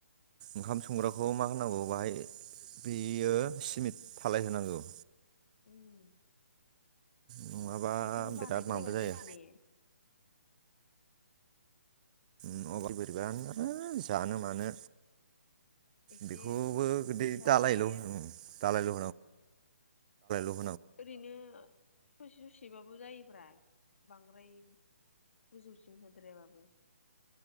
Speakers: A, on the right; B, on the left.
A: ओंखाम संग्राखौ मा होनांगौ बाहाय बेयो सिमेट थालाय होनांगौ
B: उम
A: नङाबा
B: बेखौनो
A: बिराद
B: बानायग्रोबानो
A: माबा जायो
B: जासि ने
A: उम <unintelligible> बोरैबानो आरो जानो मानो
B: एसे
A: बेखौबो गोदै
B: फैसा
A: दालायल'
B: दंबा
A: उम दालायल' औ उम
B: ओरैनो ससे ससेबाबो जायो फोरा बांद्राय गोजौसिम होद्रायाबाबो